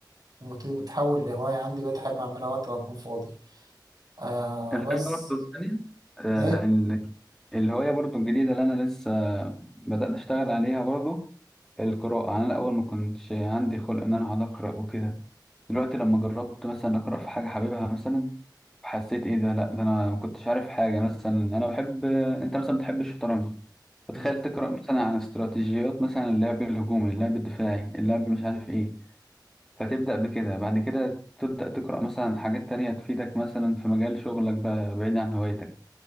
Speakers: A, on the right; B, in the centre.
A: المفروض بتتحول لهواية عندي بقيت أحب أعملها وقت ما أكون فاضي آه
B: الحاجة
A: بس
B: برضه التانية آه،
A: إيه؟
B: ال- الهواية برضه الجديدة اللي أنا لسه بدأت أشتغل عليها برضه القراءة يعني أنا الأول ما كنتش عندي خلق إن أنا أقعد أقرأ وكده دلوقتي لما جربت مثلا أقرأ في حاجة حاببها مثلا حسيت إيه ده لأ ده أنا ما كنتش عارف حاجة مثلا أنا بحب أنت مثلا بتحب الشطرنج فتخيل
A: مم.
B: تقرأ مثلا عن استراتيجيات مثلا اللعب الهجومي اللعب الدفاعي اللعب مش عارف إيه فتبدأ بكده بعد كده تبدأ تقرأ مثلا حاجات تانية تفيدك مثلا في مجال شغلك بقى بعيد عن هوايتك